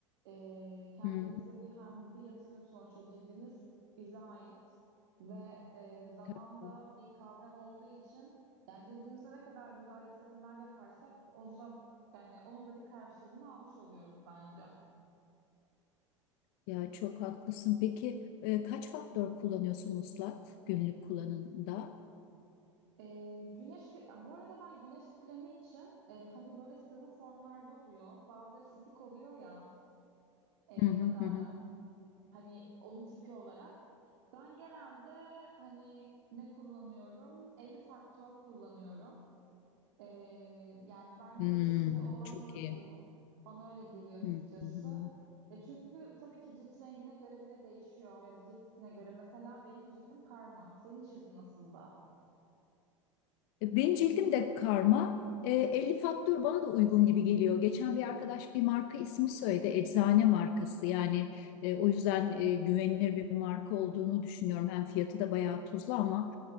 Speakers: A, on the right; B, on the left.
A: Ee, kendimize
B: Hı.
A: bir hem bu bir yatırım sonuçta cildimiz bize ait ve e, zamanda
B: Tabii.
A: bir kavram olduğu için yani cildimize ne kadar güzel yatırımlar yaparsak o zaman yani onun da bir karşılığını almış oluyoruz bence.
B: Ya çok haklısın. Peki e, kaç faktör kullanıyorsun Muslat günlük kullanımda?
A: Ee, güneş kre- bu arada ben güneş kremi için e, hani böyle sıvı formlarda oluyor. Bazıları stick oluyor ya e,
B: Hı hı
A: ne derler?
B: hı. hı.
A: Hani onun tipi olarak. Ben genelde hani ne kullanıyorum? 50 faktör kullanıyorum. Ee, yani bence
B: Hmm,
A: etkili olan
B: çok
A: da
B: iyi.
A: bu. Bana öyle geliyor açıkçası.
B: Hı hı.
A: Ya çünkü tabii ki cilt rengine göre bile değişiyor ya da cilt tipine göre. Mesela benim cildim karma. Senin cildin nasıl da?
B: E, Benim cildim de karma. E, 50 faktör bana da uygun gibi geliyor. Geçen bir arkadaş bir marka ismi söyledi. Eczane markası. Yani e, o yüzden e, güvenilir bir marka olduğunu düşünüyorum. Hem fiyatı da bayağı tuzlu ama